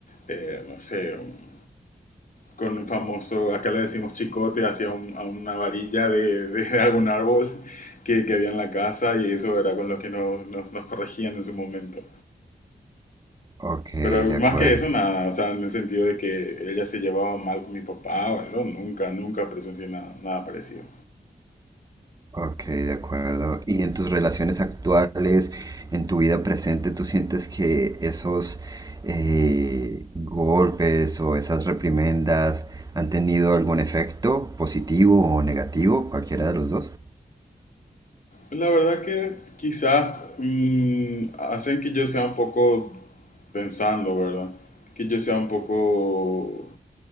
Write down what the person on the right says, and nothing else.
Ok,
de
acuerdo.
Ok, de acuerdo. ¿Y en tus relaciones actuales, en tu vida presente, tú sientes que esos eh, golpes o esas reprimendas han tenido algún efecto positivo o negativo, cualquiera de los dos?